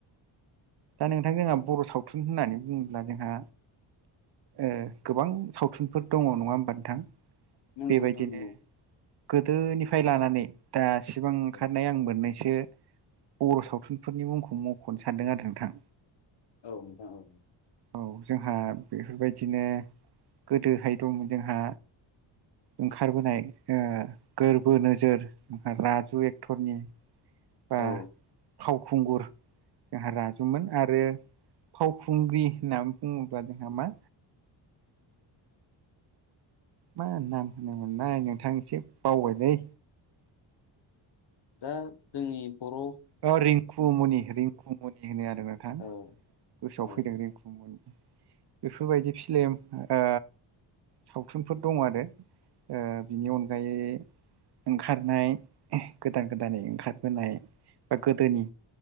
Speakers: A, on the right; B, on the left.
A: दा नोंथां जोंहा बर' सावथुन होननानै बुङोब्ला जोंहा ओ गोबां सावथुनफोर दङ नङा होमबा नोंथां
B: नंगौ
A: बेबायदिनो
B: नोंथां नंगौ।
A: गोदोनिफ्राय लानानै दासिबां ओंखारनाय
B: औ
A: आं मोननैसो बर' सावथुनफोरनि मुंखौ मख'नो सानदों आरो नोंथां
B: औ नोंथां औ
A: औ जोंहा बेफोरबायदिनो गोदोहाय दंमोन जोंहा ओंखारबोनाय गोरबो नोजोर राजु एक्टरनि बा
B: औ
A: फावखुंगुर जोंहा राजुमोन आरो फावखुंग्रि होननानै बुङोब्ला जोंहा मा मा नाम होनोमोनलनाय नोंथां एसे बावबाय दैै
B: दा जोंनि बर'
A: औ रिंकुमनि रिंकुमनि होनो आरो नोंथां
B: औ
A: गोसोआव
B: औ
A: फैदों रिंकुमनि बेफोरबायदि फिलिम ओ सावथुनफोर दं आरो ओ बिनि अनगायै ओंखारनाय गोदान गोदानै ओंखारबोनाय बा गोदोनि